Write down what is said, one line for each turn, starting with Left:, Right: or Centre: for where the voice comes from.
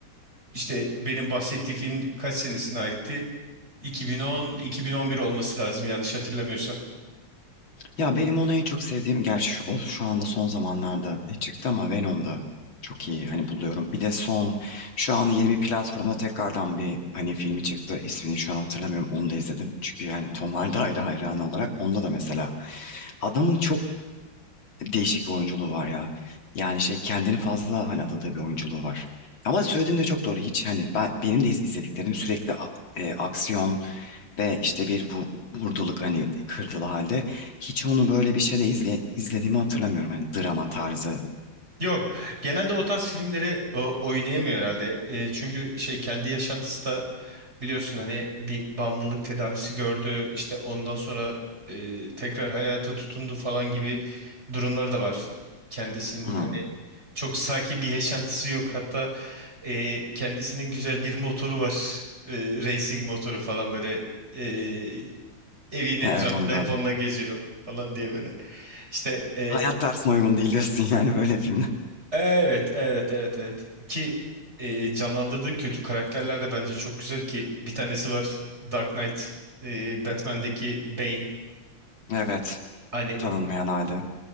Right: işte benim bahsettiğim film kaç senesine aitti? 2010, 2011 olması lazım yanlış hatırlamıyorsam.
Left: Ya benim onu en çok sevdiğim gerçi şu- o şu anda son zamanlarda e, çıktı ama Venom'da çok iyi hani buluyorum. Bir de son şu anda yeni bir platformda tekrardan bir hani filmi çıktı. İsmini şu an hatırlamıyorum. Onu da izledim. Çünkü yani Tom Hardy ayrı hayranı olarak onda da mesela adamın çok değişik bir oyunculuğu var ya. Yani şey kendini fazla hani adadığı bir oyunculuğu var. Ama söylediğin de çok doğru. Hiç hani ben benim de iz- izlediklerim sürekli a- e, aksiyon ve işte bir bu, vurduluk hani kırdılı halde hiç onu böyle bir şeyde izle, izlediğimi hatırlamıyorum hani drama tarzı.
Right: Yok. Genelde o tarz filmleri e, oynayamıyor herhalde. E, çünkü şey kendi yaşantısı da biliyorsun hani bir bağımlılık tedavisi gördü. işte ondan sonra e, tekrar hayata tutundu falan gibi durumları da var. Kendisinin
Left: Hmm.
Right: hani çok sakin bir yaşantısı yok. Hatta e, kendisinin güzel bir motoru var. E, racing motoru falan böyle e, evin etrafında
Left: Evet onu gördüm.
Right: hep onunla geziyor falan diye böyle. İşte e,
Left: Hayat tarzına uygun değil diyorsun yani böyle filmler.
Right: Evet, evet, evet, evet. Ki e, canlandırdığı kötü karakterler de bence çok güzel ki bir tanesi var Dark Knight, e, Batman'deki Bane.
Left: Evet
Right: Hani
Left: tanınmayan halde.